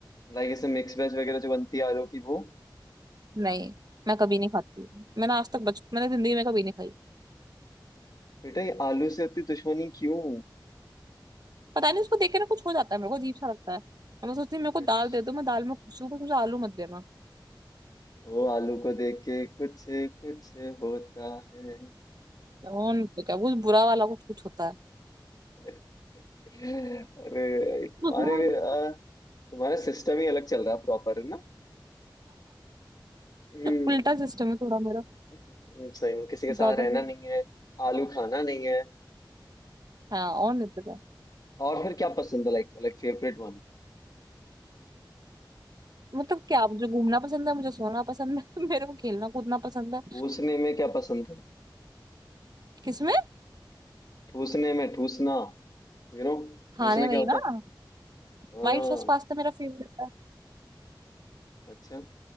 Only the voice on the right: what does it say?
नहीं मैं कभी नहीं खाती मैंने आज तक बच मैंने जिंदगी में कभी नहीं खाई
पता नहीं उसको देख के ना कुछ हो जाता है मेरे को अजीब सा लगता है और मैं सोचती हूँ मेरे को दाल
दे दो मैं दाल में खुश हूँ बस मुझे आलू मत देना
और नहीं तो क्या वो बुरा वाला कुछ कुछ होता है
<laughs>
उल्टा सिस्टम है थोड़ा मेरा
ज्यादा
ही
हाँ और नहीं तो क्या
मतलब क्या मुझे घूमना पसंद है मुझे सोना पसंद है <laughs> मेरे को खेलना कूदना पसंद है
किसमें
खाने
नहीं
ना
व्हाइट सॉस पास्ता मेरा फेवरेट है